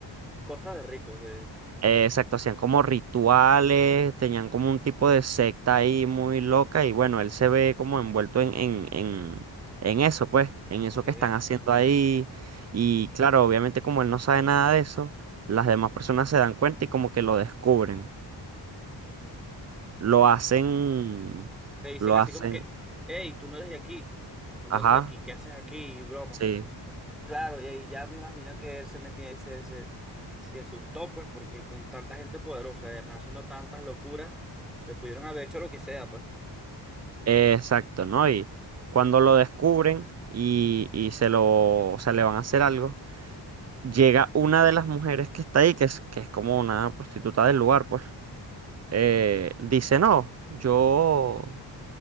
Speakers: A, in the centre; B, on the right.
A: Cosas de ricos, de...
B: Eh, exacto, hacían como rituales, tenían como
A: Uf,
B: un tipo de secta ahí muy loca y bueno, él se ve como envuelto en, en, en, en eso, pues, en eso
A: qué
B: que están
A: denso.
B: haciendo ahí.
A: ujú.
B: Y claro, obviamente como él no sabe nada de eso, las demás personas se dan cuenta y como que lo descubren. Lo hacen,
A: Co- Le dicen
B: lo
A: así
B: hacen,
A: como que, hey, tú no eres de aquí, tú no
B: ajá,
A: eres de aquí, ¿qué haces aquí? Y broma.
B: sí.
A: Claro, y ahí ya me imagino que él se metía, se, se, se asustó, pues, porque con tanta gente poderosa, además haciendo tantas locuras, le pudieron haber hecho lo que sea, pues.
B: Eh, Exacto, ¿no? Y cuando lo descubren y, y se lo, o sea, le van a hacer algo, llega una de las mujeres que está ahí, que es, que es como una prostituta del lugar, pues, eh, dice, no, yo,